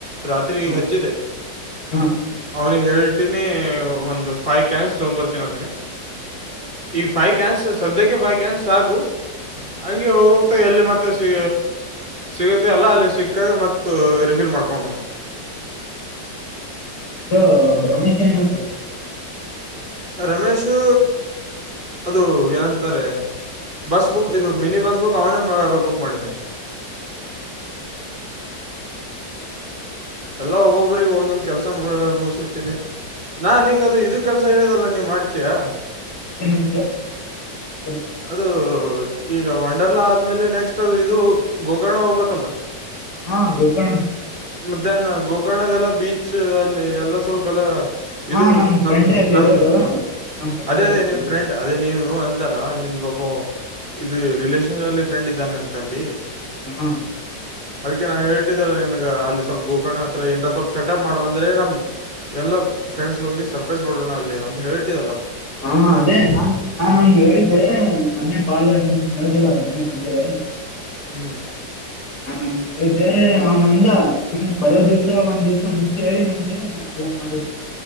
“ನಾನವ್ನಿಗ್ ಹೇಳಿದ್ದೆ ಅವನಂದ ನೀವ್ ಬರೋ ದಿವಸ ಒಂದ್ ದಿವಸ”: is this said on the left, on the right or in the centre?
Left